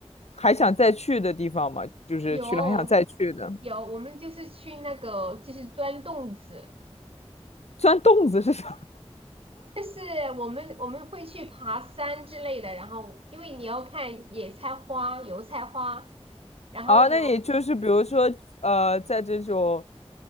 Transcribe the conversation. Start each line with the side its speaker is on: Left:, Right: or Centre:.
Left: 还想再去的地方吗？就是去了还想再去的，
Right: 有有我们就是去那个就是钻洞子，
Left: 钻洞子是啥？
Right: 就是我们我们会去爬山之类的，然后因为你要看野菜花、油菜花，然后有
Left: 啊，那你就是比如说呃，在这种